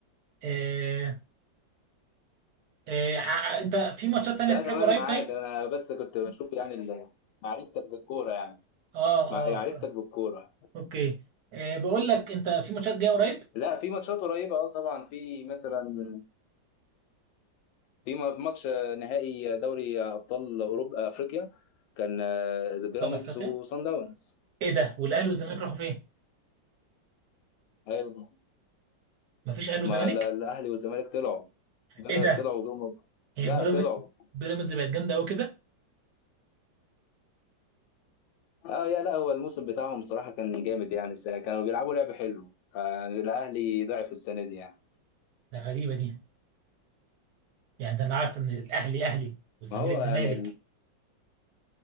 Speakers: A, on the right; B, on the left.
A: آه آه ع- انت في ماتشات تانية
B: ده
A: تتلعب
B: تمام
A: قريب
B: معاك
A: طيب
B: انا بس كنت بشوف يعني ال- معرفتك بالكوره يعني
A: اه
B: مع-
A: اه
B: معرفتك
A: ف...
B: بالكوره
A: اوكي آه بقول لك انت في ماتشات جايه قريب
B: لا في ماتشات قريبه اه طبعا في مثلا في م- في ماتش آه، نهائي دوري ابطال اوروبا افريقيا كان آه، بيراميدز
A: في افريقيا
B: وصن داونز
A: ايه ده والاهلي والزمالك راحوا فين
B: ايوه
A: مفيش اهلي
B: ما
A: وزمالك
B: لا- الاهلي والزمالك طلعوا لا،
A: ايه ده
B: طلعوا جم
A: هي
B: لا
A: بيراميدز
B: طلعوا
A: بيراميدز بقت جامده قوي كده
B: اه يا لا هو الموسم بتاعهم صراحه كان جامد يعني السنه كانوا بيلعبوا لعب حلو آه، الاهلي ضعف السنه دي يعني
A: ده غريبه دي يعني ده انا عارف ان الاهلي اهلي والزمالك
B: ما هو
A: زمالك
B: يعني ال...